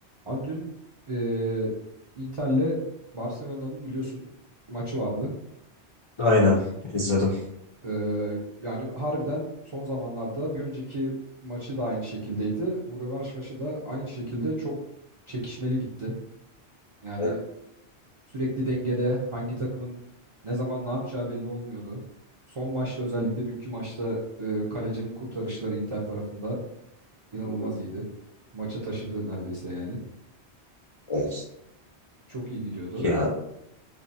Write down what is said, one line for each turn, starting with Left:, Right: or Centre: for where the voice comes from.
Right: Abi dün eee Inter'le Barcelona'nın biliyorsun maçı vardı.
Left: Aynen izledim.
Right: Eee, yani harbiden son zamanlarda bir önceki maçı da aynı şekildeydi. Bu rövanş maçı da aynı şekilde çok çekişmeli gitti. Yani
Left: Evet.
Right: sürekli dengede hangi takımın ne zaman ne yapacağı belli olmuyordu. Son maçta özellikle dünkü maçta eee, kalecinin kurtarışları Inter tarafında inanılmaz
Left: hı hı,
Right: iyiydi. Maçı taşıdı neredeyse yani.
Left: Evet.
Right: Çok iyi gidiyordu.
Left: Ya